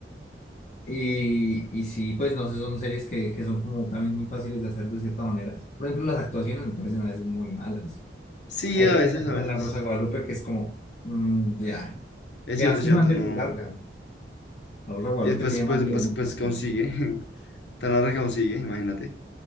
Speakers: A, on the left; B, on the left.
A: Y, y sí, pues no sé, son series que, que son como también muy fáciles de hacer de cierta manera. Por ejemplo, las actuaciones me parecen a veces muy malas.
B: Sí,
A: Hay
B: a
A: gente
B: veces,
A: que actúa
B: a veces.
A: en La Rosa de Guadalupe que es como, mm, ya.
B: Es
A: Que
B: cierto,
A: además
B: es
A: que
B: cierto,
A: es una serie
B: no.
A: muy larga. La Rosa de Guadalupe
B: Y Después,
A: tiene
B: pues,
A: más de dos
B: pues,
A: mil
B: pues
A: capítulos.
B: consigue. <laughs> Tan larga que consigue, imagínate.